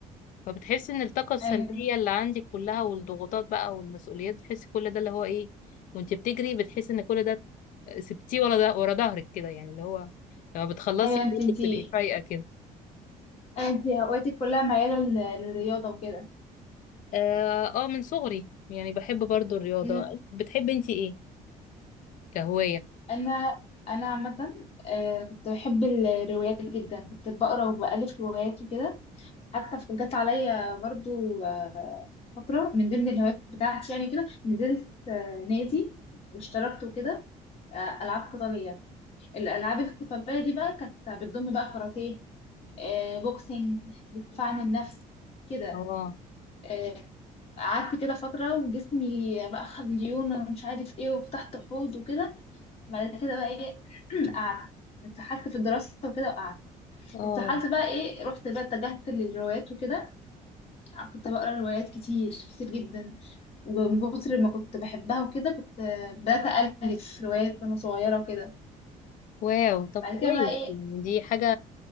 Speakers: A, on the left; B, on the left.
A: فبتحس ان الطاقة السلبية
B: ايوه
A: اللي عندك كلها والضغوطات بقى والمسؤوليات بتحس كل ده اللي هو ايه وانت بتجري بتحس ان كل ده سبتيه ورا ده ورا ظهرك كده يعني اللي هو لما بتخلصي
B: ايوه
A: بجد
B: انت انت
A: بتبقي
B: أيوة
A: فايقة كده
B: انت هواياتك كلها معيلة لل- للرياضة وكده
A: اه آه، من صغري يعني بحب برضو الرياضة
B: امم
A: بتحبي انت ايه كهواية
B: انا انا عامة آه، كنت بحب الروايات جدا كنت بقرا وبألف روايات وكده حتى ف- جت عليا برضو آه، فترة من ضمن الهوايات بتاعتي يعني كده نزلت آه، نادي واشتركت وكده آه، العاب قتاليه الالعاب القتاليه دي بقى كانت بتضم بقى كاراتيه آه، بوكسينج دفاع عن النفس كده
A: اه
B: آه، قعدت كده فتره وجسمي بقى خد ليونه ومش عارف ايه وفتحت حوض وكده بعد كده بقى ايه <clears throat> قعدت اتسحلت في الدراسه وكده وقعدت
A: اه
B: اتسحلت بقى ايه رحت بقى اتجهت للروايات وكده كنت بقرا روايات كتير كتير جدا ومن كتر ما كنت بحبها وكده كنت آه، بدات الف روايات وانا صغيره وكده
A: واو طب
B: بعد
A: كويس
B: كده بقى ايه
A: يعني دي حاجة